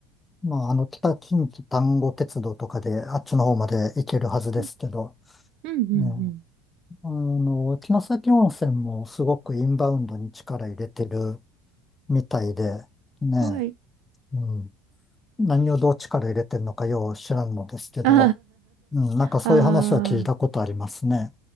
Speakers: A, on the left (about 20°); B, on the right (about 55°).
A: まあ、あの、北近畿丹後鉄道とかで、あっちの方まで行けるはずですけど、
B: うんうんうん
A: ね、あの、城崎温泉もすごくインバウンドに力入れてるみたいで、ね、
B: うん。はい。
A: うん。何をどっちから入れてんのかよう知らんのですけど、
B: あ
A: うん、なんかそういう話は聞いたことありますね。
B: あ、あ